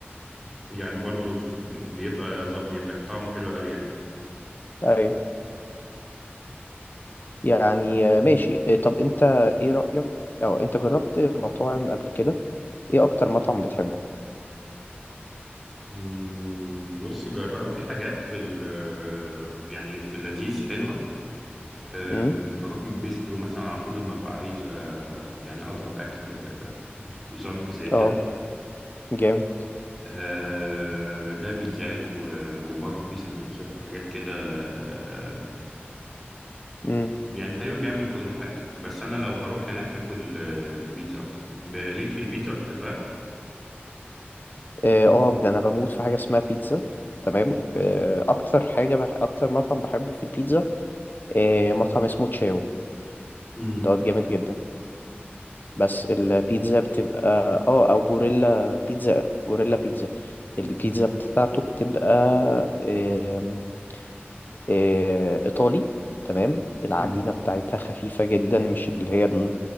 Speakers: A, in the centre; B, on the left.
A: يعني برضه في... بيبقى ظ- بيبقى طعمه حلو قوي يعني
B: ايوه يعني آه، ماشي آه، طب انت ايه رأيك او انت جربت مطاعم قبل كده ايه اكتر مطعم بتحبه
A: مم، بص جرب في حاجات في ال يعني في اللذيذ حلوة أه،
B: امم
A: بروح بيسترو مثلا على طول لما ببقى عايز أه، يعني أضرب أكل أه، <laughs> جانك زي كده
B: اه جامد
A: أه، ده بيتزات و- وبرضه في سندوتشات وحاجات كده أه،
B: امم
A: يعني تقريبا بيعمل كل حاجة بس أنا لو هروح هناك هاكل أه، بيتزا أكتر ب- ليك في البيتزا بتحبها؟
B: اه آه، ده انا بموت في حاجة اسمها بيتزا تمام آه، اكتر حاجة بح... اكتر مطعم بحبه في البيتزا آه، مطعم اسمه تشاو
A: مم،
B: دوت جامد جدا بس البيتزا بتبقى اه او جوريلا بيتزا جوريلا بيتزا البيتزا
A: مم،
B: بتاعته بتبقى آم، آه، ايطالي تمام العجينة
A: مم.
B: بتاعتها خفيفة جدا مش اللي هي